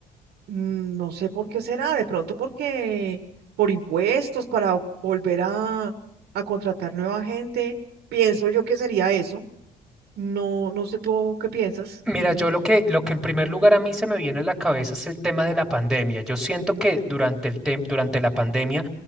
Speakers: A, on the right (about 75°); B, in the centre.
A: Mm, No sé por qué será, de pronto porque por impuestos, para volver a, a contratar nueva gente, pienso yo que sería eso. No, no sé tú qué piensas.
B: Mira, yo lo que, lo que en primer lugar a mí se me viene a la cabeza es el tema de la pandemia. Yo siento que durante el tem- durante la pandemia,